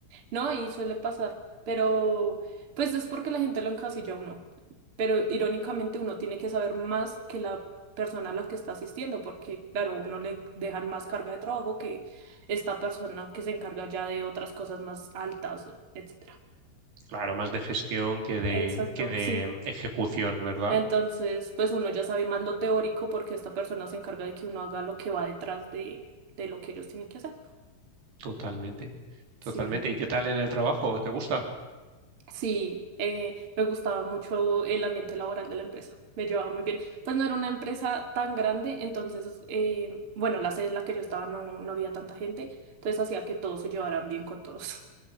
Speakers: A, on the right (about 35°); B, on the right (about 60°).
A: No, y suele pasar, pero pues es porque la gente lo encasilla a uno. Pero irónicamente uno tiene que saber más que la persona a la que está asistiendo, porque claro, uno le dejan más carga de trabajo que esta persona que se encarga ya de otras cosas más altas, etcétera.
B: Claro, más de gestión que de,
A: Exacto,
B: que de
A: sí.
B: ejecución, ¿verdad?
A: Entonces, pues uno ya sabe más lo teórico porque esta persona se encarga de que uno haga lo que va detrás de, de lo que ellos tienen que hacer.
B: Totalmente, totalmente.
A: Sí.
B: ¿Y qué tal en el trabajo? ¿Te gusta?
A: Sí, eh, me gustaba mucho el ambiente laboral de la empresa, me llevaba muy bien. Pues no era una empresa tan grande, entonces, eh, bueno, la sede en la que yo estaba no, no había tanta gente, entonces hacía que todos se llevaran bien con todos. <laughs>